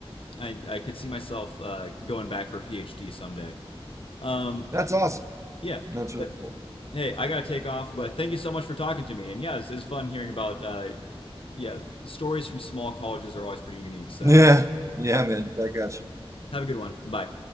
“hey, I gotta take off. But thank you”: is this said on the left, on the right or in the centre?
Left